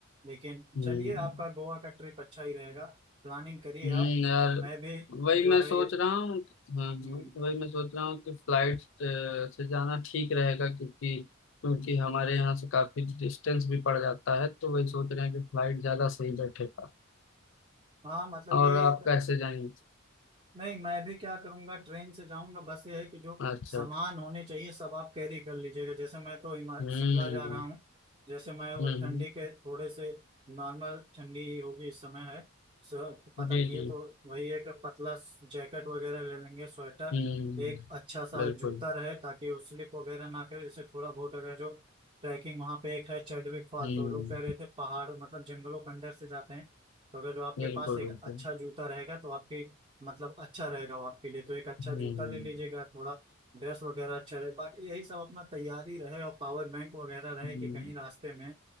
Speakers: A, on the right; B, on the left.
A: लेकिन
B: हम्म
A: चलिए आपका गोवा का ट्रिप अच्छा ही रहेगा प्लानिंग करिए
B: हम्म,
A: आप
B: यार
A: मैं भी
B: वही
A: जो
B: मैं
A: है
B: सोच
A: ये
B: रहा हूँ हाँ हाँ
A: हम्म,
B: वही मैं सोच रहा हूँ कि फ्लाइट से जाना ठीक रहेगा क्योंकि क्योंकि हमारे यहाँ से काफी डिस्टेंस भी पड़ जाता है तो वही सोच रहे हैं कि फ्लाइट ज्यादा सही बैठेगा
A: हाँ मतलब
B: और
A: ये
B: आप कैसे जाएंगे
A: नहीं मैं भी क्या करूंगा ट्रेन से जाऊंगा बस ये है कि जो
B: अच्छा
A: सामान
B: अच्छा
A: होने चाहिए सब आप कैरी कर लीजिएगा जैसे मैं तो हिमा-
B: हम्म
A: शिमला जा रहा हूँ जैसे मैं वो
B: हम्म
A: ठंडी के थोड़े से नॉर्मल ठंडी ही होगी इस समय है सो पता
B: जी
A: किए
B: जी
A: तो वही एक पतला जैकेट वगैरह ले लेंगे स्वेटर
B: हम्म
A: एक अच्छा सा
B: बिल्कुल
A: जूता रहे ताकि वो स्लिप वगैरह ना करे जैसे थोड़ा बहुत अगर जो ट्रैकिंग वहाँ पे एक है चैडविक फॉल
B: हम्म
A: तो लोग कह रहे थे पहाड़ मतलब जंगलों के अंदर से जाते हैं तो अगर जो आपके
B: बिल्कुल
A: पास एक
B: बिल्कुल
A: अच्छा जूता रहेगा तो आपकी मतलब अच्छा रहेगा वो आपके लिए तो एक अच्छा
B: हम्म,
A: जूता ले लीजिएगा थोड़ा ड्रेस वगैरह अच्छा रहे बाकी यही सब अपना तैयारी रहे और पावर बैंक वगैरह रहे
B: हम्म,
A: कि कहीं रास्ते में